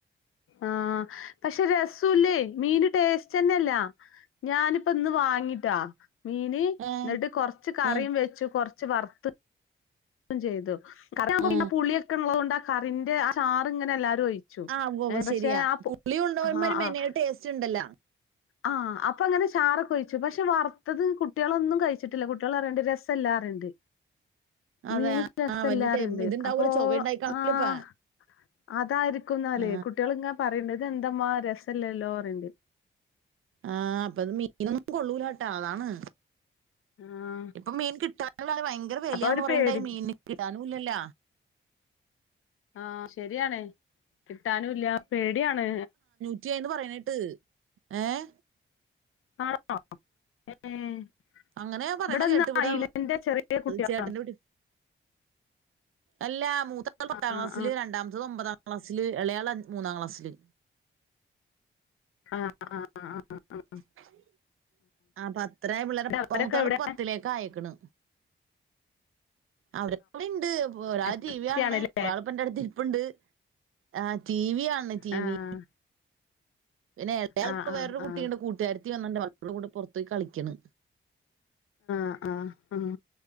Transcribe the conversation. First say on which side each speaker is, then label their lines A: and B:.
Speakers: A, on the left; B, on the right.
A: ആഹ് പക്ഷെ രസോ ഇല്ലേ മീന് ടേസ്റ്റ്ന്നെല്ല ഞാനിപ്പ ഇന്ന് വാങ്ങിട്ടാ മീന് എന്നിട്ട്
B: ഏ,
A: കുറച്ച് കറിയും
B: ഏ,
A: വെച്ചു കുറച്ച് വറുത്ത് ചെയ്തു
B: ഏ.
A: പിന്നെ പുളിയൊക്കെ ഉള്ളത് കൊണ്ട് ആ കറിന്റെ ആ ചാർ ഇങ്ങനെ എല്ലാരും ഒഴി
B: ആ ഉവ്വ് ഉവ്വ്
A: പക്ഷെ
B: ശരിയാ
A: ആഹ്
B: പുളി ഉണ്ടവന്മാര്
A: ആഹ്
B: മെനയ
A: ആഹ്
B: ടേസ്റ്റ് ഉണ്ടല്ല
A: ആഹ് അപ്പൊ അങ്ങനെ ചാറൊക്കെ ഒഴിച്ചു പക്ഷെ വറുത്തത് കുട്ടികളൊന്നും കഴിച്ചിട്ടില്ല കുട്ടികൾ പറയണ്ട് രസ ഇല്ലാന്ന് പറയണ്ട്
B: അതെ
A: മീൻ രസല്ലാണ്ട്
B: ആ വലിയ ടേ- ഇതുണ്ടാവൂല
A: അപ്പൊ
B: ചൊവ ഉണ്ടായിക്കാണല്ലോ
A: ആഹ്
B: ഇപ്പൊ
A: അതായിരിക്കുന്നാല്
B: ആ
A: കുട്ടികളിങ്ങനെ പറയണ്ട് ഇതെന്താമ്മ രസ ഇല്ലല്ലോ പറയുണ്ട്
B: ആഹ് അപ്പത് മീനൊന്നും കൊള്ളൂലാട്ടോ അതാണ്
A: ആഹ്
B: ഇപ്പൊ മീൻ കിട്ടാനുള്ള ഭയങ്കര വിലയാന്ന്
A: അപ്പൊ ഒരു
B: പറയേണ്ട്
A: പേടി
B: മീന് കിട്ടാനും ഇല്ലല്ല
A: ആഹ് ശരിയാണ് കിട്ടാനും ഇല്ല പേടിയാണ്
B: <unintelligible> ഏഹ്
A: <unintelligible>
B: അങ്ങനെ പറയണ
A: ഇവിടെന്ന്
B: കേട്ട് ഇവിട
A: അയിലന്റെ ചെറിയ കുട്ടികളാ
B: ചേട്ടന്റെ വീട്ട്ന്ന് അല്ലാ മൂത്താള് പത്താംക്ലാസില്
A: ആഹ്
B: രണ്ടാമത്തത് ഒമ്പതാ ക്ലാസ്സില് ഇളയാള് മൂന്നാം ക്ലാസ്സില്
A: ആഹ് ആഹ് ആഹ് ആഹ്
B: ആഹ് <unintelligible> പിള്ളേരെ
A: അവരൊക്കെ
B: മൂത്താള്
A: എവിടെ
B: പത്തിലേക്ക് ആയക്ക്ണ് അവരക്കെ ഇവിടിണ്ട് ഒരാൾ
A: എസ്
B: ടീവിക്കാണണ്
A: എൽ സി ആണല്ലേ
B: ഒരാളിപ്പെന്റെടുത്ത് ഇരിപ്പുണ്ട് ആഹ് റ്റീവി കാണണ് റ്റീവി
A: ആഹ്
B: പിന്നെ വേറെ
A: ആഹ്
B: വേറൊരു
A: ആഹ്
B: കുട്ടീണ്ട് കൂട്ടാരിത്തി വന്നിണ്ട് അവളടെ കൂടെ പുറത്ത് പോയി കളിക്കണ്
A: ആഹ് ആഹ്